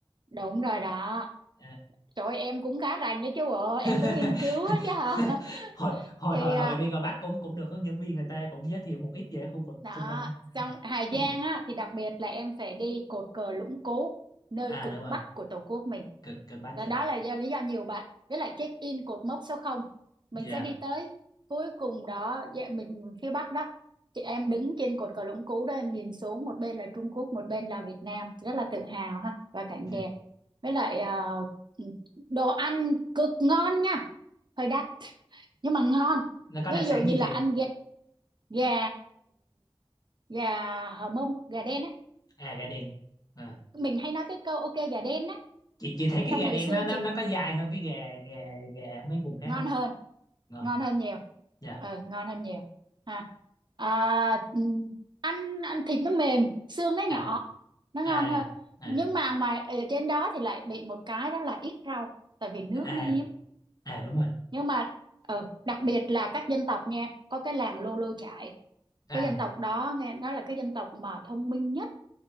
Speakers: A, on the right; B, on the left.
A: đúng rồi đó
B: À.
A: trời ơi, em cũng khá rành đấy chứ bộ em
B: <laughs>
A: cũng nghiên cứu á chứ hả
B: <laughs> hồi
A: <laughs>
B: hồi
A: thì
B: hồi
A: à,
B: hồi đi ngoài Bắc cũng cũng được hướng dẫn viên người ta cũng giới thiệu một ít về khu vực
A: đó
B: xung quanh đó
A: xong Hà
B: <clears throat>
A: Giang á thì đặc biệt là em phải đi cột cờ Lũng Cú nơi
B: à
A: cực
B: đúng rồi
A: bắc của Tổ quốc mình
B: cực cực Bắc
A: đó,
B: dạ
A: đó là do lý do nhiều bạn với lại check in cột mốc số không, mình
B: dạ
A: sẽ đi tới cuối cùng đó dạ, mình phía bắc đó chị em đứng trên cột cờ Lũng Cú đó em nhìn xuống một bên là Trung Quốc một bên là Việt Nam rất là tự hào ha và cảnh
B: Ừ.
A: đẹp với lại ờ, đồ ăn cực ngon nha hơi đắt <laughs> nhưng mà ngon
B: nó có
A: ví
B: đặc sản
A: dụ như
B: gì
A: là
B: chị
A: ăn gà, gà gà hờ mông gà đen á
B: à gà đen à.
A: mình hay nói cái câu ok gà đen á
B: chị chị thấy cái
A: trong
B: gà
A: hồi
B: đen
A: xưa
B: nó nó
A: chị
B: nó có dài hơn cái gà gà gà mấy vùng khác
A: ngon
B: không
A: hơn
B: Ờ,
A: ngon hơn nhiều
B: dạ
A: ừ ngon hơn nhiều ha à, ừm, ăn ăn thịt nó mềm xương nó
B: à
A: nhỏ nó ngon
B: à
A: hơn
B: à
A: nhưng mà ngoài ở trên đó thì lại bị một cái đó là ít rau tại vì nước
B: à
A: nó hiếm
B: à đúng rồi
A: nhưng mà ừ, đặc biệt là các dân tộc nha có cái làng Lô Lô Chải
B: à
A: cái dân tộc đó nghe nói là cái dân tộc mà thông minh nhất